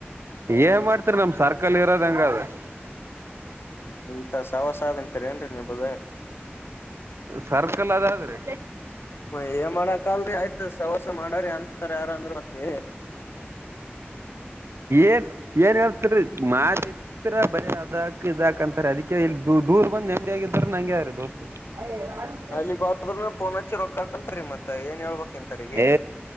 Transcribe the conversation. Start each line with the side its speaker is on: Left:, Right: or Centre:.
Right: ಏನ್ ಮಾಡ್ತರಿ ನಮ್ಮ ಸರ್ಕಲ್ ಇರೋದ್ ಹಂಗೆ ಒಂದ್. <inaudible>
Left: ಎಂತಾ ಸವಾಸಾದ ಅಂತೀರಿ ಏನ್ರಿ ನಿಮ್ದು
Right: ಸರ್ಕಲ್ ಅದಾದ್ರೆ
Left: ಮ ಏ ಮಾಡಕಲ್ರರಿ ಆಯ್ತ ಸವಸ ಮಾಡರಿ ಅಂತಾರ ಯಾರ ಅಂದ್ರ ಮತ್ತ್.
Right: ಏನ್ ಏನ್ ಹೇಳ್ತರಿ ಮಾದ. ಬನ್ ಅದಾಕ್ ಇದಾಕ್ ಅಂತಾರೆ ಅದಕ್ಕೆ ಇ ದೂರ್ ಬಂದ್ ನೆಮ್ಮದಿಯಾಗಿದ್ರ ನಂಗೆ ಯಾರ ದೋಸ್ತರ. <inaudible>
Left: ಅಲ್ಲಿಗ್ ಬಂದ್ರನು ಪೋನ್ ಹಚ್ಚಿ ರೊಕ್ಕಾಕಂತ ರೀ ಮತ್ತ ಏನ್ ಹೇಳ್ಬೇಕ್. ಇಂತರಿಗೆ.
Right: ಏ